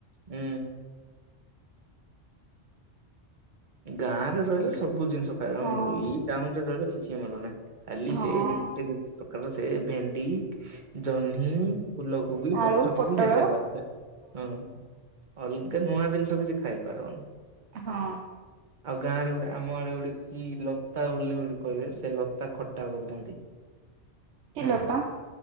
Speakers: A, on the right; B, on the right.
A: ହୁଁ। ଗାଁରେ ରହିଲେ ସବୁ ଜିନିଷ ପାଇବାକୁ
B: ହଁ
A: ମିଳିବ, ଏଇ ଟାଉନ ରେ ରହିଲେ କିଛି ମିଳୁନାହିଁ। ଖାଲି
B: ହଁ
A: ସେ ଯେତେତେ ପ୍ରକାରର ସେ ଭେଣ୍ଡି ଜହ୍ନି ଫୁଲକୁ ବି,
B: ଆଳୁ
A: ପତ୍ରକୁ
B: ପୋଟଳ
A: ବି ସେ ଯାହା ଦରକାର। ହଁ। ଅଲଗା ନୂଆ ଜିନିଷ କିଛି ଖାଇପାରିବନି।
B: ହଁ।
A: ଆଉ ଗାଁରେ ଗୋଟେ ଆମ ଆଡେ ଗୋଟେ କି ଲତା ବୋଲି ଗୋଟେ କହିବେ, ସେ ଲତା ଖଟା କରୁଛନ୍ତି।
B: କି
A: ହେଲା
B: ଲତା?